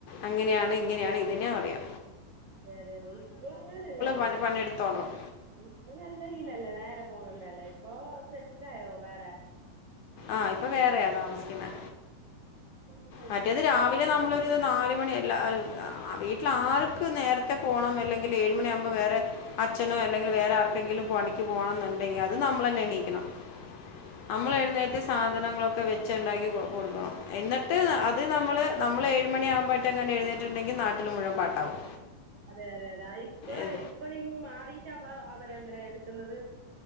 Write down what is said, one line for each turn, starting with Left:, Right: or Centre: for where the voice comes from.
Left: അങ്ങനെയാണ് ഇങ്ങനെയാണ് ഇതന്നെ പറയാ.
Right: അതെ അതെ അതെ ഇപ്പ അങ്ങനല്ലല്ലോ
Left: പണി പണിയെടുത്തോളണം
Right: ഇപ്പൊ നല്ല ഈലല്ല നേരെ പോണണ്ടല്ലേ ഇപ്പൊ സെറ്റിലായോ? വേറെ
Left: ആഹ് ഇപ്പൊ വേറെയാ താമസിക്കുന്നേ
Right: <inaudible> നല്ലായി
Left: മറ്റേത് രാവിലെ നമ്മള് ഇത് നാല് മണി എല്ലാ വീട്ടില് ആൾക്ക് നേരത്തെ പോണം അല്ലെങ്കില് ഏഴുമണിയാവുമ്പം വേറെ അച്ഛനോ അല്ലെങ്കില് വേറെ ആർക്കെങ്കിലും പണിക്ക് പോണന്നുണ്ടെങ്കി അത് നമ്മള് തന്നെ എണീക്കണം. നമ്മള് എഴുന്നേറ്റ് സാധനങ്ങളൊക്കെ വെച്ച് ഉണ്ടാക്കി കൊടുക്കണം.
Right: അപ്പൊ
Left: ട്ട് അത് നമ്മള് നമ്മള് ഏഴുമണിയാവുമ്പോഴട്ട്ങ്ങനെ എഴുന്നേറ്റിട്ടുണ്ടെങ്കില് നാട്ടിൽ മുഴുവൻ പാട്ടാവും.
Right: അതെ അതെ അതെ ഇപ്പളെ
Left: എ-
Right: ഇപ്പ നീയിങ് മാറീട്ടാവുമ്പ അവരെ എങ്ങനെ എടുക്കുന്നത്